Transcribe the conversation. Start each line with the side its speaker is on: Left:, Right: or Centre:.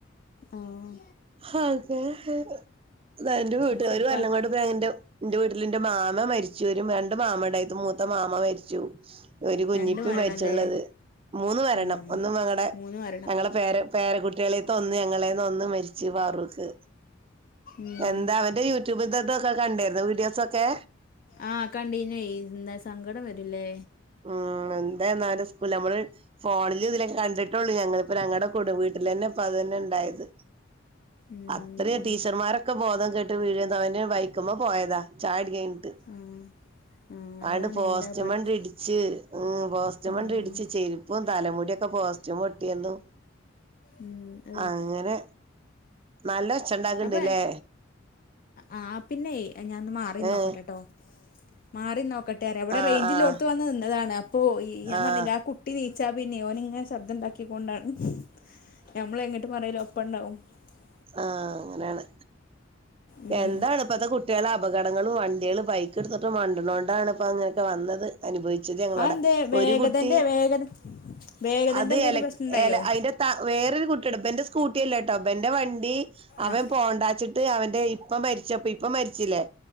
Left: ആഹ്
Right: ഹതെ ആഹ <unintelligible> അത എന്റെ വീട്ട
Left: അത് ശരിപ്പാണ്
Right: ഒരു വല്ലങ്ങോട്ന്റെ എന്റെ വീട്ടിൽെന്റെ മാമ മരിച്ചു വരും വേണ്ട മാമയുടെത്ത് മൂത്ത മാമ മരിച്ചു ഒരു കുഞ്ഞിപ്പ
Left: രണ്ട് മരണല്ലേ
Right: മരിച്ചുള്ളത് മൂന്ന് മരണം
Left: ഉം
Right: ഒന്നും അങ്ങളടെ
Left: മൂന്ന് മരണം
Right: ഞങ്ങളെ പേര് പേര കുുട്ടികളെ തൊന്ന് ഞങ്ങളെ തൊന്ന്മരിച്ചു വാറുക്ക്
Left: ഉം
Right: എന്താ അവന്റെ യൂട്യൂബിൽ ഇതൊക്കെ കണ്ടിരുന്നു വീഡിയോസൊക്കെ
Left: ആഹ കണ്ടിനെഎന്താ സങ്കടം വരില്ലേ
Right: ഉം നമ്മള് ഫോണിൽ ഇലൊക്കെ കണ്ടിട്ടുള്ളൂ ഞ <unintelligible> ഞങ്ങളടെ കൂടെ വീട്ടിൽന്നെ ഇപ്പ അത് തന്നെ ഉണ്ടായത്
Left: ഉം
Right: അത്രയും
Left: അതന്നെ
Right: ടീച്ചർമാരൊക്കെ ബോധം കേട്ട് വീഴ് തവന് ബൈക്കുമ് പോയതാ ചാടി കഴിഞ്ഞിട്ട്
Left: ആഹ് ആഹ് അതാണ്
Right: ആണ്ട് പോസ്റ്റമണ്ട
Left: എന്താ പഠിച്ച
Right: ഇടിച്ച് ഉ പോസ്റ്റമണ്ട
Left: ഉം
Right: ഇടിച്ച് ചെരുപ്പും തലമുടിിയൊക്കെ ഇക്കൊ പോസ്റ്റ്യൂം ഒട്ടിയരുന്നു
Left: ഉം അത്
Right: അങ്ങനെ നല്ല ഒച്ച ഉണ്ടാക്ക്ണ്ട്ല്ലേ
Left: അപ്പ ആ പിന്നെ ഞാൻ മാറി
Right: ഏഹ്
Left: നോക്കട്ടെട്ടോ മാറിന്നോ ക്കട്ട അവിടെ
Right: ആഹ്
Left: റേഞ്ചിൽോഓത്തത്ത്
Right: ആഹ്
Left: വന്ന് നിന്നതാണ് അപ്പോ ഈ ഞാൻ
Right: ആഹ്
Left: പറഞ്ഞില്ല ആ കുട്ടി നി ച്ചാ പിന്നെ ഓൻ ഇങ്ങനെ ശബ്ദം ഉണ്ടാക്കിക്കൊണ്ടാണ് ഞമ്മള എങ്ങിട്ട് പറയ്ലോ പ്പണ്ണാവും <unintelligible>
Right: ആഹ അങ്ങനെയാണ്
Left: ഉം
Right: എന്താണ് ഇപ്പത്തെ കുട്ടിളെ അപകടങ്ങളും വണ്ടിയാള് ബൈക്ക് എടുത്തിട്ട് മണ്ട്ണോണ്ടാണ് ഇപ്പ അങ്ങ ഒക്കെ വന്നത് അനുഭവിച്ചത് ഞങ്ങളോട
Left: അതെന്തേ വേഗതന്റെ
Right: ഒരു കുട്ടി
Left: വേഗത വേഗതന്റെ
Right: അത്
Left: എന്തേലും
Right: എല
Left: പ്രശ്നം ഉണ്ടായോ
Right: എല അതിന്റെ ത വേറൊരു കുട്ടിടെ ഇബന്റെസ്കൂട്ടി കുട്ടില്ലാ ട്ടോ ഇബന്റെ വണ്ടി അവൻ
Left: ആഹ്
Right: പോണ്ടാച്ചിട്ട് അവൻന്റെ മരിച്ചു അപ്പൊ ഇപ്പൊ മരിച്ചില്ലേ